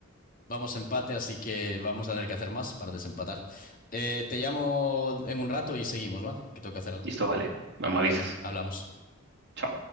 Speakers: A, on the left; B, on the right.
A: vamos a empate, así que vamos a tener que hacer más para desempatar. Eh, te llamo en un rato y seguimos, ¿va? Que tengo que hacer algo.
B: Listo, vale. Mamá
A: Venga,
B: avisas.
A: hablamos.
B: Chao.